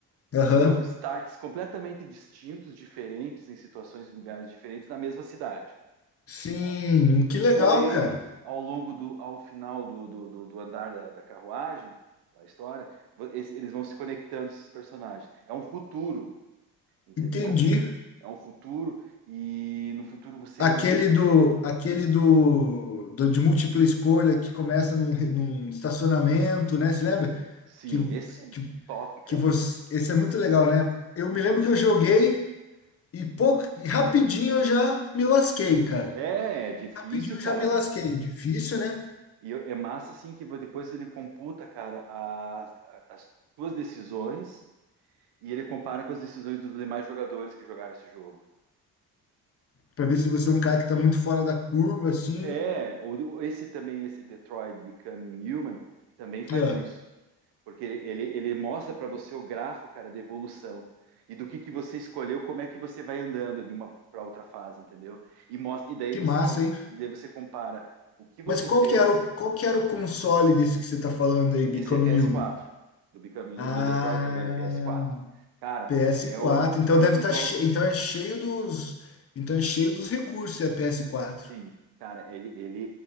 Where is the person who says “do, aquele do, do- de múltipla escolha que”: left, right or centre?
Left